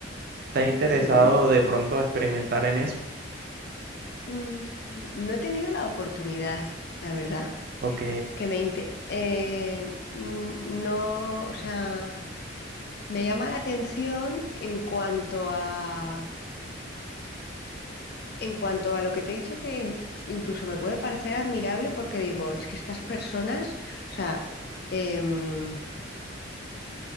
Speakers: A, on the right; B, on the left.
A: ¿estás interesado
B: Sí.
A: de pronto experimentar en eso?
B: Mm, No he tenido la oportunidad, la verdad,
A: Ok,
B: que me inte- eh, mm, no, o sea, me llama la atención en cuanto a, en cuanto a lo que te he dicho que in- incluso me puede parecer admirable porque digo, es que estas personas, o sea, em,